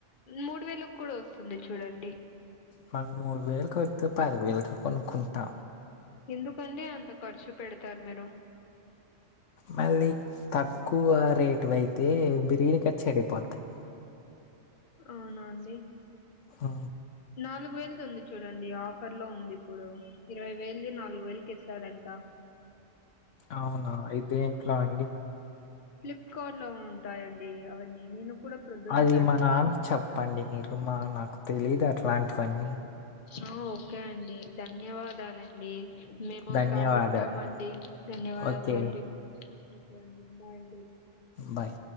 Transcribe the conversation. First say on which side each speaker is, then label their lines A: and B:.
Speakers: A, on the left (about 45°); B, on the left (about 75°).
A: మూడు వేలకు కూడా వస్తుంది చూడండి
B: మాకు మూడు వేలుకి వద్దు పదివేలకి కొనుక్కుంటా
A: ఎందుకండి అంత ఖర్చు పెడతారు మీరు
B: మళ్ళీ తక్కువ రేటువయితే బిరిగా చెడిపోతాయి
A: అవునా అండి
B: ఆ
A: నాలుగు వేలుది ఉంది చూడండి ఆఫర్లో ఉంది ఇప్పుడు ఇరవై వేలది నాలుగు వేలకి ఇస్తాడంట
B: అవునా అయితే ఎంట్లా అండి
A: ఫ్లిప్కా‌ర్ట్‌లో ఉంటాయండి అవన్నీ నేను కూడా ప్రొద్దున
B: అది
A: సర్
B: మా నాన్నకి చెప్పండి మీరు మా నాకు తెలిదు అట్లాంటివన్నీ
A: ఆ ఓకే అండి ధన్యవాదాలండి మేము
B: ధన్యవాదాలు
A: ఇంకా ఉంటామండి ధన్యవాదములండి
B: ఓకే
A: ఓకే అండి బాయ్ అండి
B: బాయ్